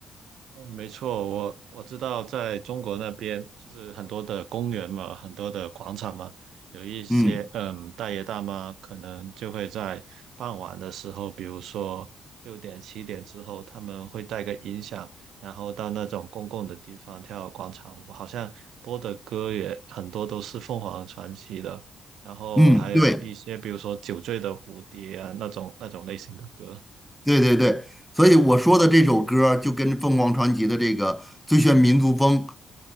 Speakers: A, on the right; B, in the centre.
A: 嗯，没错，我我知道，在中国那边就是很多的公园嘛，很多的广场嘛，有一些嗯大爷大妈可能就会在傍晚的时候，
B: 嗯
A: 比如说六点七点之后，他们会带个音响，然后到那种公共的地方跳广场舞，好像播的歌也很多都是凤凰传奇的，然后还有一些比如说酒醉的蝴蝶啊那种那种类型的歌。
B: 嗯，对对对对，所以我说的这首歌儿就跟凤凰传奇的这个《最炫民族风》。